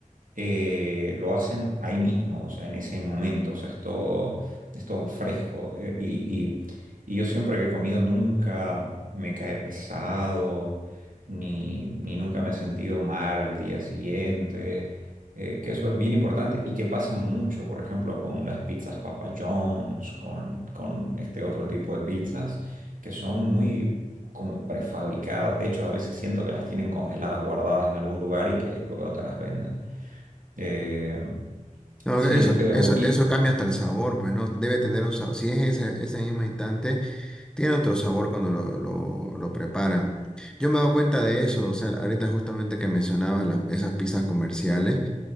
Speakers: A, on the right (about 75°); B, in the centre.
A: eh, lo hacen ahí mismo, o sea, en ese momento, o sea, es todo, es todo fresco. eh, y, y- y yo siempre que he comido nunca me cae pesado, ni, ni nunca me he sentido mal al día siguiente, eh, que eso es bien importante y que pasa mucho, por ejemplo, con las pizzas Papa John's, con, con este otro tipo de pizzas que son muy... como prefabricadas, de hecho a veces siento que las tienen congeladas, guardadas en algún lugar y que luego te las venden. Eh,
B: No,
A: sí,
B: eso,
A: pero
B: eso,
A: y
B: eso cambia hasta el sabor, pues no debe tener un sabor. Si es ese, ese mismo instante, tiene otro sabor cuando lo, lo, lo preparan. Yo me he dado cuenta de eso, o sea, ahorita justamente que mencionabas las- esas pizzas comerciales,